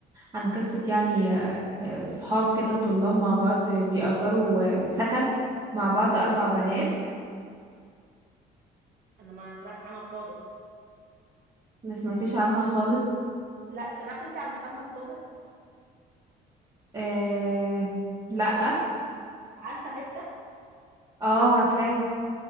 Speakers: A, on the right (about 25°); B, on the right (about 60°).
A: عن قصة يعني آه، آه، صحاب كده طلاب مع بعض بيأجروا آه، سكن مع بعض أربع بنات
B: انا ما سمعتش عنها خالص
A: ما سمعتش عنها خالص
B: لا سمعت انت عن محمد صادق
A: آه لأ
B: عارفه هبته
A: اه عارفاها